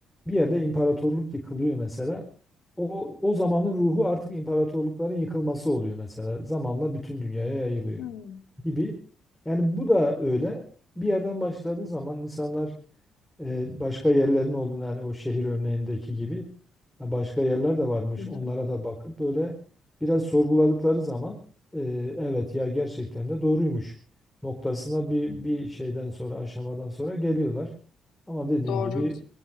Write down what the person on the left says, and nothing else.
Hmm.
Hı hı.
Doğru,